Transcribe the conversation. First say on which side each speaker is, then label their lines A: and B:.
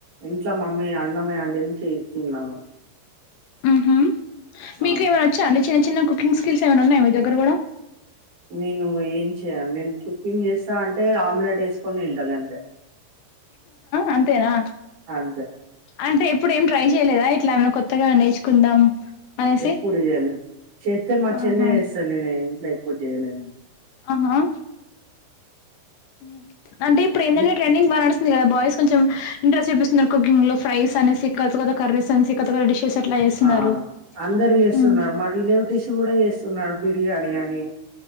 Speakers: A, on the right; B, on the left.
A: ఇంట్లో మమ్మీ అన్నమే అండింది తిన్నాను.
B: ఉహ్ మీకు
A: ఆ,
B: ఏమైనా వచ్చా అండి చిన్న చిన్న కుకింగ్ స్కిల్స్ ఏమన్నా ఉన్నయా మీ దగ్గర కూడా.
A: నేను ఏం చేయా, నేను కుకింగ్ చేస్తా అంటే ఆమ్లెట్ ఏసుకొని తింటా గంతే.
B: అంతేనా
A: అంతే
B: అంటే ఎప్పుడు ఏం ట్రై చేయలేదా ఎ ఇట్లా ఎమన్నా కొత్తగా నేర్చుకుందాం. అనేసి
A: ఎప్పుడు చేయ్యలే చేత్తె మా చెల్లె
B: ఆహా
A: చేస్తది నేనేం ఇంట్ల ఎప్పుడు చేయలేదండి.
B: ఆహా ఉ అంటే ఇప్పుడెందంటే
A: ఇ-
B: ట్రెండింగ్ బా నడుస్ ఉందిగదా బాయిస్ కొంచెం ఇంట్రెస్ట్ చూపిస్తుందనుకో కుకింగ్ లో ఫ్రైస్ అనేసి కొత్త కొత్త కర్రీసనేసి కొత్త కొత్త డిషెస్ అట్లా చేస్తున్నారు
A: ఆ అందరు చేస్తున్నారు
B: హ్మ్
A: మా రిలేవ్టివ్స్ కూడా చేస్తున్నారు బిర్యానీ అని